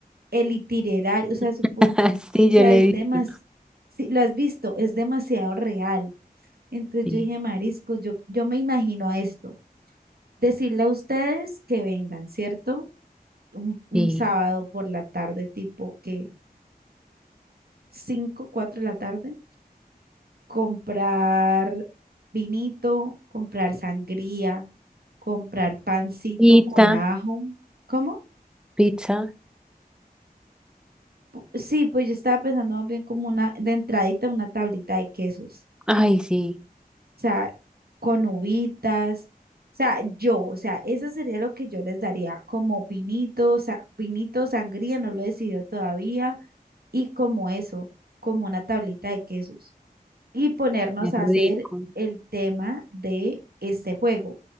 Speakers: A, on the right; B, in the centre.
A: El itinerario, o sea, supo-
B: <laughs> sí,
A: o
B: yo
A: sea,
B: le
A: es
B: he
A: demasiado,
B: visto.
A: si lo has visto, es demasiado real. Entonces
B: Sí,
A: yo dije, Marisco, yo, yo me imagino esto decirle a ustedes que vengan, ¿cierto? un, un
B: sí.
A: sábado por la tarde, tipo que 5 4 de la tarde, comprar vinito, comprar sangría, comprar pancito
B: Pizza,
A: con ajo. ¿Cómo?
B: pizza.
A: Pu- Sí, pues yo estaba pensando más bien como una, de entradita, una tablita de quesos,
B: Ay, sí,
A: o sea, con uvitas, o sea, yo, o sea, eso sería lo que yo les daría, como vinito, o sea, vinito, sangría, no lo he decidido todavía, y como eso, como una tablita de quesos. y ponernos
B: qué
A: a
B: rico.
A: hacer el tema de este juego.